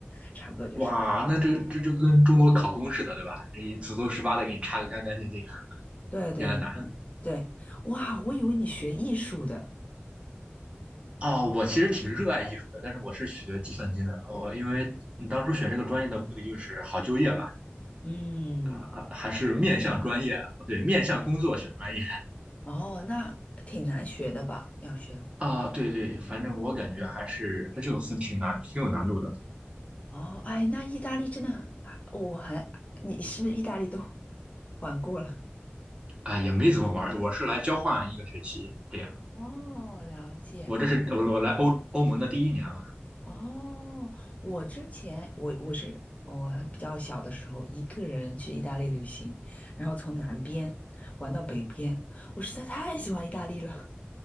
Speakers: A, on the left; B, on the right.
A: 差不多就是。
B: 哇，那这这就跟中国考公似的，对吧？你祖宗十八代给你查个干干净净。
A: 对对对对，
B: 天呐！
A: 哇，我以为你学艺术的，
B: 哦，我其实挺热爱艺术的，但是我是学计算机的。我因为你当初选这个专业的目的就是好就业嘛，
A: 嗯，
B: 啊、啊还是面向专业，对，面向工作选专业。
A: 哦，那挺难学的吧？要学，
B: 啊，对对，反正我感觉还是还是有分挺难，
A: 嗯，
B: 挺有难度的
A: 哦，哎，那意大利真的很，我还，你是不是意大利都 <laughs> 玩过了？
B: 啊，也没怎么玩儿，我是来交换一个学期这样。
A: 哦，了解。
B: 我这是我我来欧欧盟的第一年嘛，
A: 哦，我之前我我是我比较小的时候一个人去意大利旅行，然后从南边玩到北边，我实在太喜欢意大利了。